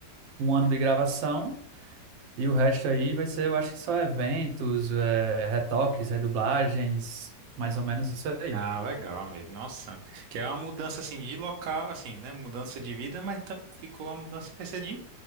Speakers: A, on the right (about 85°); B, on the right (about 65°).
A: um ano de gravação e o resto aí vai ser, eu acho que só eventos, eh, retoques, redublagens, mais ou menos isso aí.
B: Ah, legal, amigo. Nossa, que é uma mudança assim de local, assim, né? Mudança de vida, mas tam- ficou uma mudança vai ser de